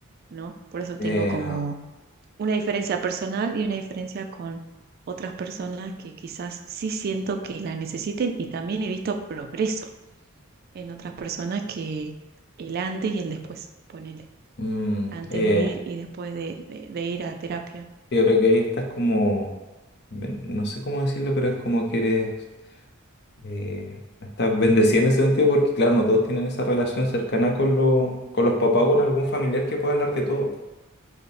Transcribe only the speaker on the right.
¿no? Por eso
tengo como una diferencia personal y una diferencia con otras personas que quizás sí siento que la necesiten y también he visto progreso en otras personas que el antes y el después, ponele,
antes
de ir y después de, de- de ir a terapia.